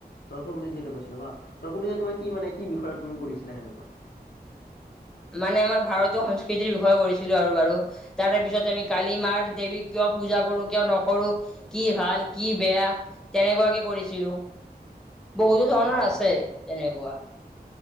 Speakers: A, on the left; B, in the centre.
A: তৰ্ক প্ৰতিযোগিতা কৰিছিলা বা তৰ্ক প্ৰতিযোগিতা তোমাৰ কি মানে কি বিষয়ত তুমি কৰিছিলা সেনেকুৱা?
B: মানে আমাৰ ভাৰতীয় সংস্কৃতিৰ বিষয়ে কৰিছিলো আৰু বাৰু। তাৰে পিছত আমি কালি মাৰ দেৱীক কিয় পূজা কৰো, কিয় নকৰো কি ভাল, কি বেয়া তেনেকুৱাকে কৰিছিলো বহুতো ধৰণৰ
A: অঁ অঁ
B: আছে। তেনেকুৱা।